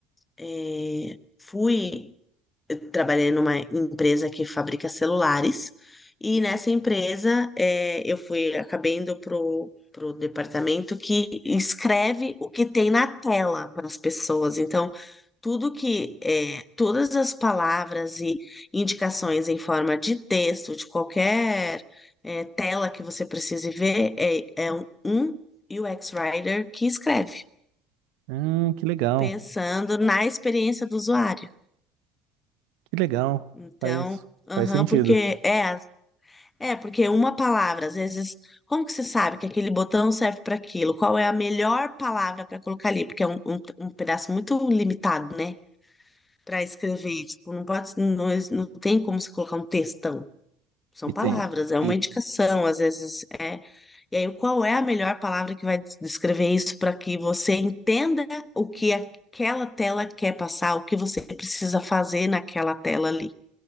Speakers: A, on the left (about 20°); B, on the right (about 75°).
A: eh, fui eu trabalhei numa empresa que fabrica celulares e nessa empresa eh, eu fui acabei indo pro pro departamento que escreve o que tem na tela para as pessoas. Então tudo que eh, todas as palavras e indicações em forma de texto de qualquer eh, tela que você precise ver é, é um, um UX Writer que escreve,
B: Hum, que legal,
A: pensando na experiência do usuário.
B: que legal.
A: Então,
B: Faz,
A: aham,
B: faz sentido.
A: porque é É, porque uma palavra, às vezes, como que você sabe que aquele botão serve para aquilo? Qual é a melhor palavra para colocar ali? Porque é um, um, um pedaço muito limitado, né? Para escrever. Tipo, não pode, não, não tem como se colocar um textão. São
B: E
A: palavras,
B: tem.
A: é
B: e
A: uma indicação, às vezes é. E aí, qual é a melhor palavra que vai des- descrever isso para que você entenda o que aquela tela quer passar, o que você precisa fazer naquela tela ali?